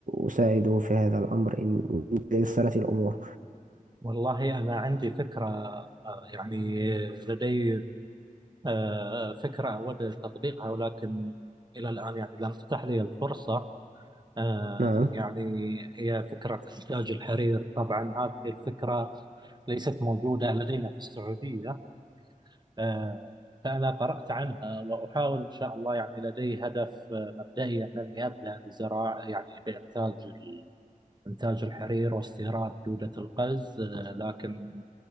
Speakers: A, on the right; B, on the right.
A: أساعده في هذا الأمر إن إن تيسرت الأمور
B: والله أنا عندي فكرة آه، يعني لدي آه، فكرة أود تطبيقها ولكن إلى الآن يعني لم تتح لي الفرصة آه،
A: نعم
B: يعني هي فكرة إنتاج الحرير طبعا هذه الفكرة ليست موجودة لدينا في السعودية آه، فأنا قرأت عنها وأحاول إن شاء الله يعني لدي هدف آه، مبدئي أنني أبدأ بزراعة يعني بإنتاج ال- إنتاج الحرير واستيراد دودة القز آه، لكن